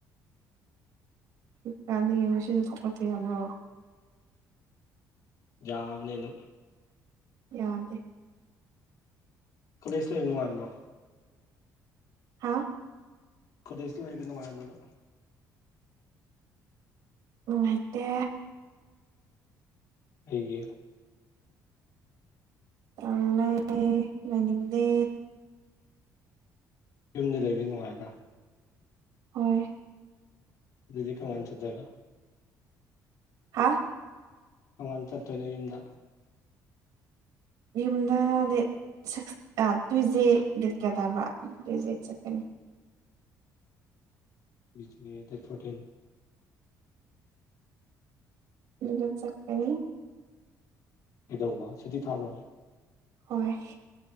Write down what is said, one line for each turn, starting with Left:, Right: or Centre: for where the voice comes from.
Right: ꯁꯤ ꯆꯥꯅꯤꯡꯉꯦ ꯁꯤꯅ ꯊꯣꯛꯂꯛꯄ ꯌꯥꯃꯔꯣ
Left: ꯌꯥꯕꯅꯝ
Right: ꯌꯥꯗꯦ
Left: ꯀꯣꯂꯦꯖ ꯂꯩꯕ ꯅꯨꯡꯉꯥꯏꯕ꯭ꯔꯣ
Right: ꯍꯥꯥ
Left: ꯀꯣꯂꯦꯖꯇ ꯂꯩꯕ ꯅꯨꯡꯉꯥꯏꯕ꯭ꯔꯕ
Right: ꯅꯨꯡꯉꯥꯏꯇꯦ
Left: ꯑꯩꯒꯤ
Right: ꯇꯂꯦ ꯃꯅꯤꯡꯗꯦ
Left: ꯌꯨꯝꯗ ꯂꯩꯕ ꯅꯨꯡꯉꯥꯏꯕ
Right: ꯍꯣꯏ
Left: ꯑꯗꯨꯗꯤ ꯀ ꯃ ꯆꯗꯕ
Right: ꯍꯥ
Left: ꯃꯣꯡꯕꯥꯥꯟ ꯆꯠꯇꯣꯏꯅ ꯌꯨꯝꯗ
Right: ꯌꯨꯝꯗ ꯗꯦꯠ ꯁꯤꯛꯁ ꯇꯨꯏ ꯗꯦ ꯗꯦꯠ ꯀꯌꯥ ꯇꯥꯕ ꯇ꯭ꯋ ꯗꯦ ꯆꯠꯀꯅꯤ
Left: ꯕꯤ ꯗꯦꯠ ꯐꯣꯔꯇꯤꯟ
Right: ꯑꯗꯨ ꯆꯀꯅꯤ
Left: ꯀꯩꯗꯧꯕ ꯁꯨꯇꯤ ꯊꯥꯕ꯭ꯔꯣ
Right: ꯍꯣꯏ